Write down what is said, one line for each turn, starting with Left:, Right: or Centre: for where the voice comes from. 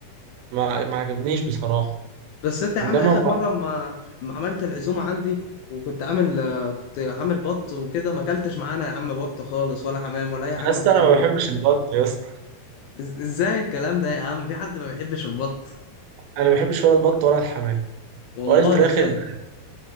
Right: ما ما عجبنيش بصراحه
Left: بس انت يا
Right: انما
Left: عم اخر
Right: ما-
Left: مره ما ما عملت العزومه عندي وكنت عامل آه، كنت عامل بط وكده ما اكلتش معانا يا عم بط خالص ولا حمام ولا اي حاجه
Right: يا اسطى
Left: من الحاجات
Right: انا ما
Left: دي
Right: بحبش البط يا اسطى
Left: إز- ازاي الكلام ده يا عم في حد ما بيحبش البط
Right: انا ما بحبش ولا البط ولا الحمام
Left: والله
Right: ولا الفراخ
Left: ازاي
Right: الب-